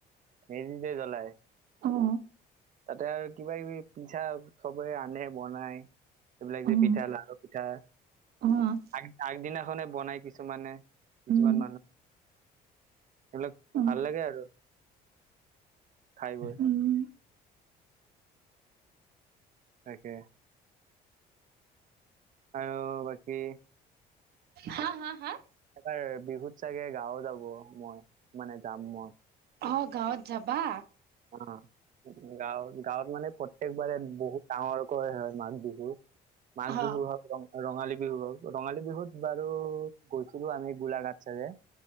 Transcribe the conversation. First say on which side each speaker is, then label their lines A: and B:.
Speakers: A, on the right; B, on the right.
A: মেজি যে জ্বলাই
B: অঁ
A: তাতে আৰু কিবা কিবি পিঠা চবৰে আনে বনাই এইবিলাক যে
B: উম,
A: পিঠা, লাৰু, পিঠা
B: অ',
A: আগ আগদিনাখনে বনাই কিছুমানে। কিছুমান
B: উম,
A: মানুহ সেবিলাক
B: অ',
A: ভাল লাগে আৰু খাই বৈ
B: উম।
A: তাকে আৰু বাকী
B: হাঁ হাঁ হাঁ
A: এবাৰ বিহুত চাগে গাওঁ যাব মই মানে যাম মই।
B: অঁ গাঁৱত যাবা?
A: অঁ গাওঁ গাঁৱত মানে প্ৰত্যেক বাৰে বহু ডাঙৰকৈ হয় মাঘ বিহু, মাঘ
B: অ',
A: বিহু হওঁ ৰঙ ৰঙালী বিহু ৰঙালী বিহুত বাৰু গৈছিলো আমি গোলাঘাট চাগে।